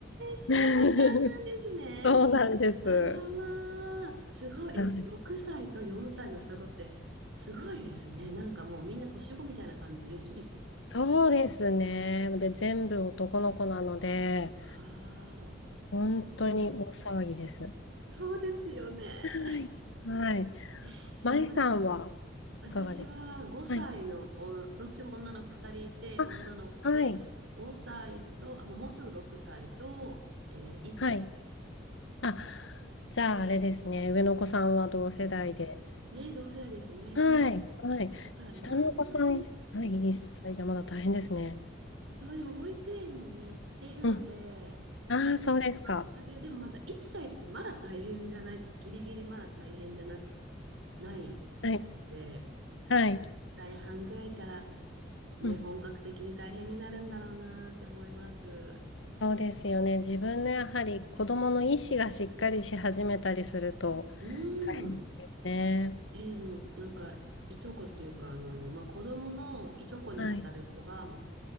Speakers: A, on the right (about 75°); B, on the left (about 80°).
A: 双子ちゃんなんですね。
B: <laughs> そうなんです。
A: あらまあ、
B: は
A: すごい、
B: い
A: え、でも6歳と4歳の双子って、すごいですね。なんかもうみんな年子みたいな感じ <laughs>
B: そうですね。
A: なんですか
B: で、全部男の子なので、
A: わーお、
B: 本当に大騒ぎです。
A: すごい。そうですよね。
B: はい。はい。
A: えー、すごいな。
B: 舞さんは
A: 私は5歳のお、
B: いかがですかはい。
A: どっちも女の子2人いて、
B: あ、
A: 女の子で5歳と、
B: はい。
A: あ、もうもうすぐ6歳と、えー、1歳です。
B: はい。あ、じゃああれですね。上のお子さんは同世代で。
A: うん。ね、同世代ですね。
B: はい。はい。
A: だからまあまあ、
B: 下のお子さん、
A: うん、
B: はい、1歳じゃまだ大変ですね。
A: そうでも保育園にね、行っているので、
B: うん。ああ、
A: まあ、週
B: そうですか。
A: 末で、でもまだ1歳ってまだ大変じゃない、ギリギリまだ大変じゃなく、ない感じで、
B: はい。
A: 多分、
B: はい。
A: 大半ぐらいからね、
B: うん。
A: 本格的に大変になるんだろうなって思います。
B: そうですよね。自分のやはり子供の意思がしっかりし始めたりすると
A: う
B: 大変ですよね。
A: ん。え、でも、なんか、いとこっていうか、あの、まあ、子供のいとこにあたる子が、
B: はい。
A: ま